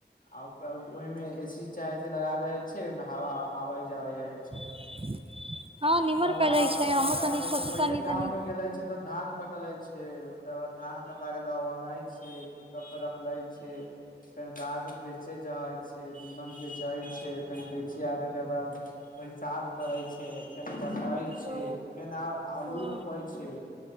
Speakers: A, on the left; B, on the right.
A: आ ओकरा उ ओहिमे ए सी चाहे छै लगा दय छै, आय में हवा आबै जबै रहय छै।
B: <inaudible>
A: ओकर बाद
B: कयले छै
A: ओकर
B: हमहूँ
A: गा-
B: तनि सोचतनी
A: ए-एकरा पहिले गाँंव
B: तनी
A: मे गेलै छै। त धान कटलय छै। ओकर बाद धान कटा केे दबनाय छै। पिकप स रखलाय छय। फेंन कार स बेचे जाय छै। फेर निमन बेचाय छै। फेर बेच आबै के बाद पेइशाब करै छै। फेन कटाय छै,
B: ओ
A: फेन आ- आलू
B: ओ
A: रोपै छै।